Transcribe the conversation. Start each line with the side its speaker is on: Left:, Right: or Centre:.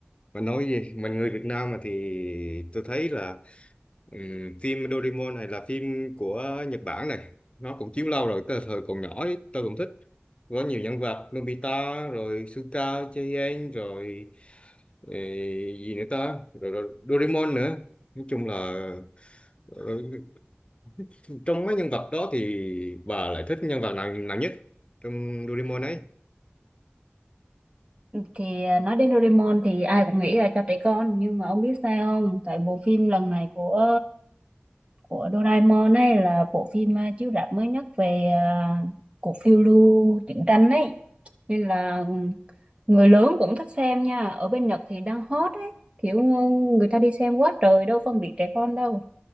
Left: mà nói gì mình người Việt Nam mà thì tôi thấy là ừ, phim Doraemon này là phim của Nhật Bản này nó cũng chiếu lâu rồi từ thời còn nhỏ ấy, tôi cũng thích có nhiều nhân vật Nobita rồi Suka Chien rồi ừ, gì nữa ta rồi, rồi Doraemon nữa nói chung là ừ, trong mấy nhân vật đó thì bà lại thích nhân vật nào nào nhất trong Doraemon ấy
Right: thì à, nói đến Doraemon thì ai cũng nghĩ là cho trẻ con nhưng mà ông biết sao không tại bộ phim lần này của của Doraemon ấy là bộ phim à, chiếu rạp mới nhất về à, cuộc phiêu lưu truyện tranh ấy nên là người lớn cũng thích xem nha ở bên Nhật thì đang hot ấy kiểu ờ, người ta đi xem quá trời đâu phân biệt trẻ con đâu